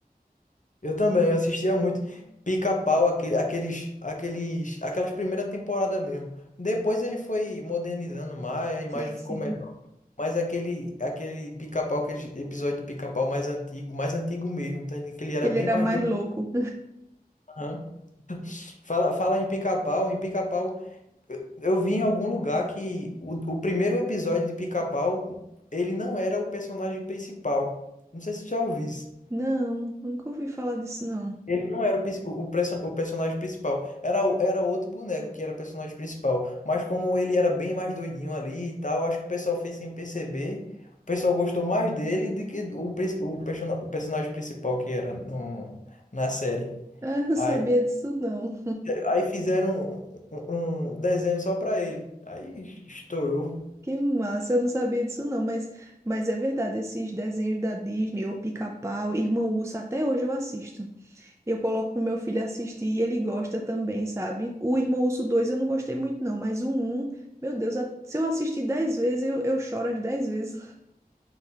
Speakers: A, on the left; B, on the right.
A: Eu também, eu assistia muito Pica-Pau, aquele- aqueles, aqueles, aquelas primeiras temporadas mesmo. Depois ele foi modernizando mais, a imagem
B: Sim,
A: ficou
B: sim.
A: melhor. Mas aquele, aquele Pica-Pau, aquele episódio de Pica-Pau mais antigo, mais antigo mesmo, tá? entendendo? Que ele era
B: Que ele
A: bem
B: era
A: mais
B: mais
A: doido.
B: louco.
A: Aham. Fala, fala em Pica-Pau, em Pica-Pau, eu eu vi em algum lugar que o, o primeiro episódio de Pica-Pau, ele não era o personagem principal. Não sei se você já ouviu isso.
B: Não, nunca ouvi falar disso, não. <laughs>
A: Ele não era o, pis- o, o perso- o personagem principal. Era, o- era outro boneco que era personagem principal. Mas como ele era bem mais doidinho ali e tal, acho que o pessoal fez sem perceber. O pessoal gostou mais dele do que do- o, pris- o, persona- o personagem principal que era no, na série.
B: Ah, eu não
A: Aí,
B: sabia disso, não.
A: aí fizeram um, um um desenho só pra ele. Aí estourou.
B: Que massa, eu não sabia disso não, mas, mas é verdade, esses desenhos da Disney, ou Pica-Pau, Irmão Urso, até hoje eu assisto. Eu coloco pro meu filho assistir e ele gosta também, sabe? O Irmão Urso 2 eu não gostei muito não, mas o um, meu Deus, a- se eu assistir 10 vezes, eu, eu choro as 10 vezes. <laughs>